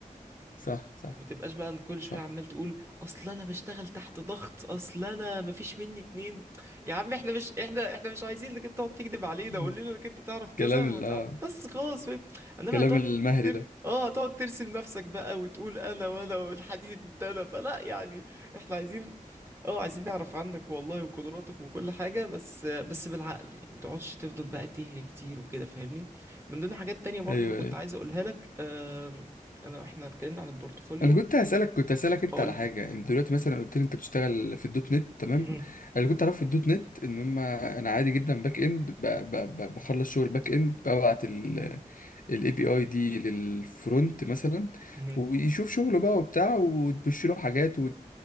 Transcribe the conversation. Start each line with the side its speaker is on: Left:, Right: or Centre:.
Left: صح صح
Right: ما تبقاش بقى كل شويه
Left: صح
Right: عمال تقول اصل انا بشتغل تحت ضغط اصل انا مفيش مني اتنين يا عم احنا مش احنا احنا مش عايزين انك انت تقعد تكذب علينا
Left: <laughs>
Right: قول لنا انك انت تعرف كذا
Left: كلام ال-
Right: هتعرف
Left: اه
Right: بس خلاص فاهم انما
Left: كلام
Right: هتقعد
Left: المهري
Right: تر...
Left: ده
Right: اه هتقعد ترسم نفسك بقى وتقول انا وانا والحديد انت انا فلا يعني احنا عايزين اه عايزين نعرف عنك والله وقدراتك وكل حاجه بس بس بالعقل يعني ما تقعدش تفضل بقى تهري كتير وكده فاهمني من ضمن حاجات تانية برضو
Left: ايوه
Right: اللي كنت
Left: ايوه
Right: عايز اقولها لك آم، انا واحنا اتكلمنا عن البورتفوليو
Left: انا كنت هسالك كنت هسالك انت
Right: اقول
Left: على
Right: لك
Left: حاجه انت دلوقتي مثلا قلت لي انت بتشتغل في الدوت نت تمام
Right: مهم.
Left: انا كنت اعرف في الدوت نت ان هم انا عادي جدا باك اند ب- ب- ب- بخلص شغل باك اند ببعت الاي بي اي دي للفرونت مثلا
Right: مهم.
Left: ويشوف شغله بقى وبتاع وتبش له حاجات وت...